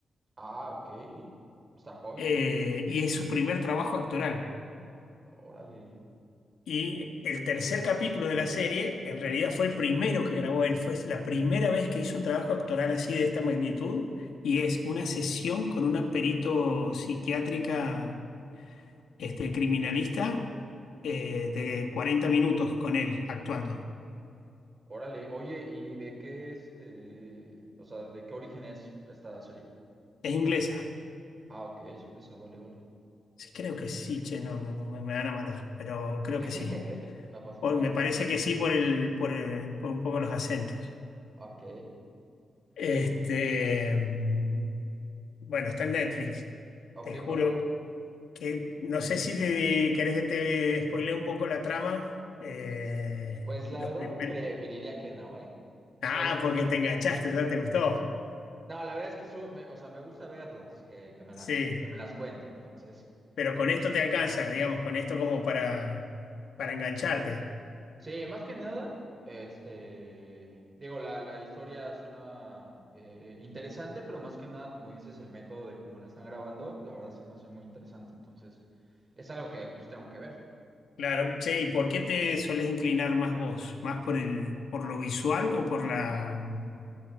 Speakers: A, on the right; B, on the left.
A: Ah, ok, está joven,
B: eh, y es su primer trabajo actoral.
A: órale,
B: Y el tercer capítulo de la serie en realidad fue el primero que grabó él, fue la primera vez que hizo un trabajo actoral así de esta magnitud y es una sesión con una perito psiquiátrica este criminalista eh, de 40 minutos con él actuando.
A: órale, oye, ¿y de qué este, o sea, de qué origen es esta serie?
B: Es inglesa.
A: Ah, ok, es inglesa, vale, vale,
B: Sí, creo que sí, che, no, no, no, me, me van a matar, pero creo
A: <laughs>
B: que sí.
A: no pasa
B: Por-
A: nada,
B: me parece que sí por el, por el- por un poco los acentos.
A: ok.
B: Este, mm, bueno, está en Netflix.
A: Ok,
B: Te juro
A: Pablo.
B: que no sé si te, querés que te spoilee un poco la trama. eh,
A: Pues la
B: los
A: verdad
B: primer-
A: preferiría que no, ¿eh?
B: Ah,
A: Soy muy...
B: porque te enganchaste, ya te gustó.
A: No, la verdad es que so- me- o sea, me gusta verlas, que, que me
B: Sí,
A: las, que me las cuente. Entonces,
B: Pero con esto
A: eh,
B: te alcanza, digamos, con esto como para, para engancharte.
A: sí, más que nada, este, digo, la, la historia suena eh, interesante, pero más que nada, como dices, el método de cómo la están grabando, la verdad se me hace muy interesante. Entonces, es algo que pues tengo que ver.
B: Claro, che, ¿y por qué te solés inclinar más vos? ¿Más por el, por lo visual o por la, mm,